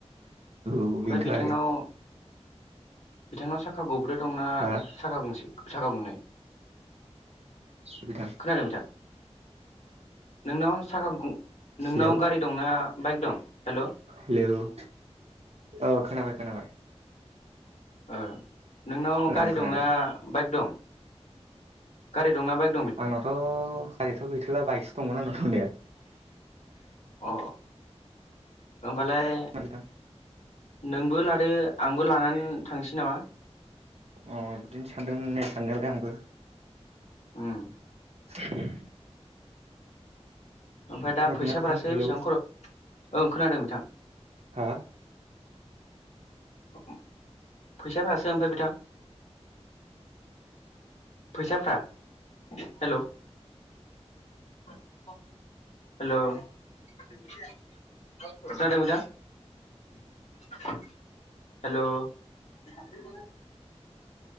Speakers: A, on the right (about 65°); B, on the left (about 80°).
A: औ
B: ओमफ्राय
A: बिन्थ'
B: बिथांनाव
A: आरो।
B: बिथांनाव साखा गंब्रै दंना
A: हा
B: साखा साखा गंनै?
A: बिथां।
B: खोनादों बिथां। नोंनाव ओ साखा गं नोंनाव
A: हेल'
B: गारि दंना बाइक दं हेल'
A: हेलौ। अ खोनाबाय खोनाबाय।
B: ओ नोंनाव
A: खोनादों
B: गारि
A: खोनादों
B: दंना बाइक दं? गारि दं ना बा बाइक
A: आंनावथ' गारिथ' गैथ'ला बाइकसो दंमोन आंनाव दंनाया।
B: अ ओमबालाय
A: <unintelligible>
B: नोंबो लादो आंबो लानानै थांसै नामा?
A: अ बिदिनो सानदोंमोन ने साननायालाय आंबो।
B: ओम।
A: <inaudible>
B: ओमफ्राय दा
A: खोनादोंना
B: फैसाफोरासो
A: बिथां हेलौ
B: बेसेबां खर' ओं खोनादों बिथां।
A: हा?
B: <inaudible> फैसाफोरासो ओमफाय बिथां? फैसाफोरा हेलौ। हेल'। खोनादों बिथां? हेल'। <inaudible>